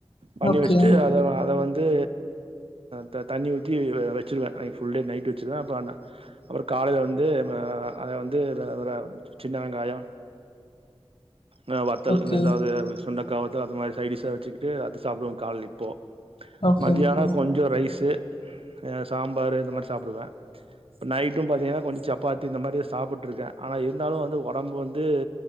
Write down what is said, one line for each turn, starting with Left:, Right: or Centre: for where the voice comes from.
Right: பணி
Left: ஓகே
Right: வச்சுட்டு அத அத வந்து து தண்ணி ஊத்தி வ வச்சிருவே அன்னைக்கி புல் டே நைட் அப்புற அந்த அப்றோ காலைல வந்து ஆ அத வந்துட சின்ன வெங்காய ஆ வார்த்தல்
Left: ஓகே
Right: ஏதாவது சுண்டக்காவத்த அது மாரி சைட் டிஸ்ஸ வச்சு ட்டு அது சாப்டுவோ கால் இப்போ
Left: ஓகே
Right: மதியான
Left: ஓகே
Right: கொஞ்ச ரைஸு ஆ சாம்பார்ரு இந்த மாரி சாப்பிடுவே இப்ப நைட்டு பாத்தீங்கன்னா கொஞ்ச சப்பாத்தி இந்த மாரி சாப்பிட்ருக்கே ஆனா இருந்தாலு வந்து ஒடம்பு வந்து